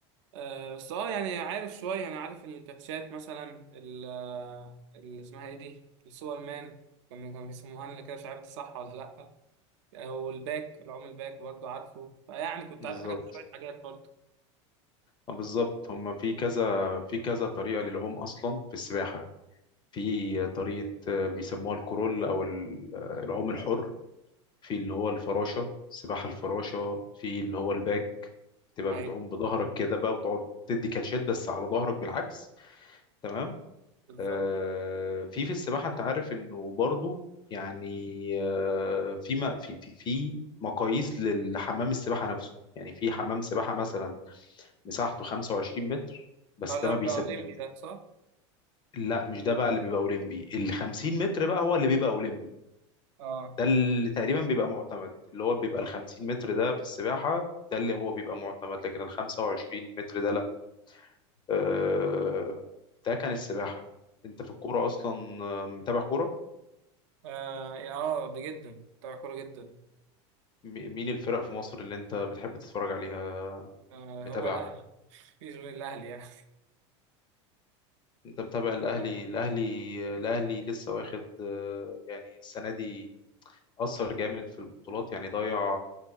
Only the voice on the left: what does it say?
بالظبط
آه، بالظبط هم في كذا في كذا طريقه للعوم اصلا في السباحه في طريقة آه، بيسموها الكرول أو ال- آه، العوم الحر في اللي هو الفراشة سباحة الفراشة في اللي هو الباك تبقى
بتعوم بظهرك كده بقى وتقعد تدي كاتشات بس على ظهرك بالعكس تمام
آه،
في في السباحة أنت عارف إنه برضو يعني آه، في ما في في في مقاييس للحمام السباحة نفسه يعني في حمام سباحة مثلا مساحته 25 متر بس
ده
ما
بيسب
لا مش ده بقى اللي بيبقى اولمبي ال 50 متر بقى هو اللي بيبقى اولمبي
ده اللي تقريبا بيبقى معتمد اللي هو بيبقى ال 50 متر ده في السباحة ده اللي هو بيبقى معتمد لكن ال 25 متر ده لا آه، ده كان السباحة انت في الكورة اصلا آه، متابع كورة
م- مين الفرق في مصر اللي انت بتحب تتفرج عليها
متابعها
انت متابع الاهلي
الاهلي الاهلي لسه واخد آه، يعني السنة دي أثر جامد في البطولات يعني ضيع